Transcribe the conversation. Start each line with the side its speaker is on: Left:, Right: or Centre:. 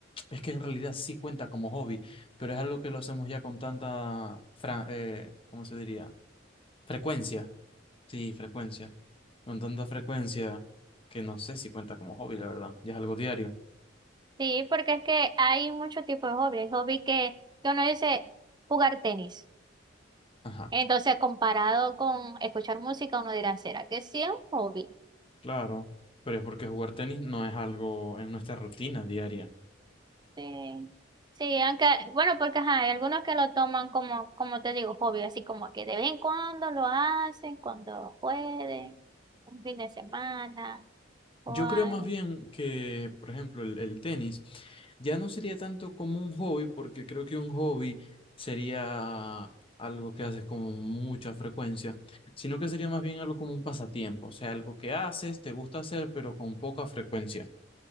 Left: es que en realidad sí cuenta como hobby, pero es algo que lo hacemos ya con tanta, fra- eh, ¿cómo se diría? Frecuencia, sí, frecuencia, con tanta frecuencia que no sé si cuenta como hobby, la verdad, ya es algo diario.
Right: sí, porque es que hay muchos tipos de hobby. Hay hobby que, que uno dice jugar tenis.
Left: Ajá,
Right: Entonces, comparado con escuchar música, uno dirá, ¿será que sí es un hobby?
Left: claro, pero es porque jugar tenis no es algo en nuestra rutina diaria.
Right: Sí. Sí, aunque, bueno, porque ajá, hay algunos que lo toman como, como te digo, hobby, así como que de vez en cuando lo hacen, cuando pueden, un fin de semana o
Left: Yo
Right: algo.
Left: creo más bien que, por ejemplo, el, el tenis ya no sería tanto como un hobby, porque creo que un hobby sería algo que haces con mucha frecuencia, sino que sería más bien algo como un pasatiempo, o sea, algo que haces, te gusta hacer, pero con poca frecuencia.